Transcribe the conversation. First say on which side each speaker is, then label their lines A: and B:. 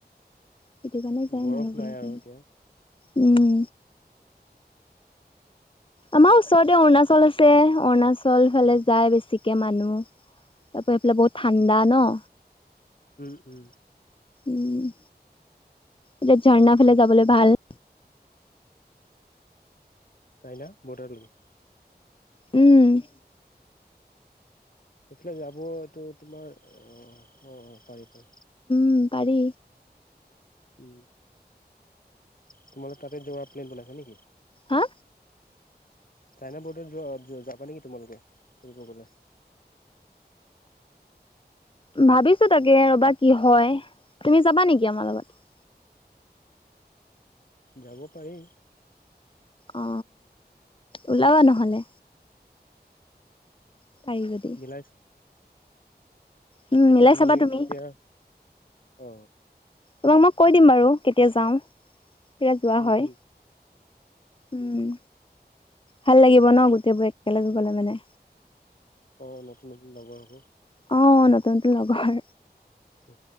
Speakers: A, on the left (about 30°); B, on the left (about 55°).
A: সেইটো কাৰণে যায়
B: বৰফ
A: মানুহবিলাকে।
B: নাই আৰু এতিয়া
A: উম আমাৰ ওচৰতে অৰুণাচল আছে অৰুণাচল ফালে যায়। বেছিকে মানুহ তাপা সেইফালে বহুত ঠাণ্ডা ন?
B: উম উম
A: উম এতিয়া ঝাৰনা ফালে যাবলে ভাল
B: চাইনা বৰৰ্ডাৰ লগে
A: উম
B: সেইফালে যাব এইটো তোমাৰ অ সহ পাৰি পাৰি
A: উম পাৰি
B: উম তোমালোক তাতে যোৱাৰ প্লেন বনাইছা নেকি?
A: হা
B: চাইনা বৰ্ডাৰ যোৱা যাবা নেকি তোমালোকে ফুৰিব গলে <inaudible>
A: ভাবিছো তাকে ৰ'বা কি হয় তুমি যাবা নেকি আমাৰ লগত
B: যাব পাৰি
A: অ ওলাবা নহ'লে পাৰি যদি
B: মিলাই
A: উম
B: এতিয়া
A: মিলাই
B: তোমালোক
A: চাবা তুমি
B: কেতিয়া অ
A: তোমাক মই কৈ দিম বাৰু কেতিয়া যাওঁ কেতিয়া যোৱা
B: উম
A: হয়
B: উম
A: উম ভাল লাগিব ন গোটেইবোৰ একেলগে গলে মানে
B: অ নতুন নতুন লগৰ হ'ব
A: অ নতুন নতুন লগৰ
B: হ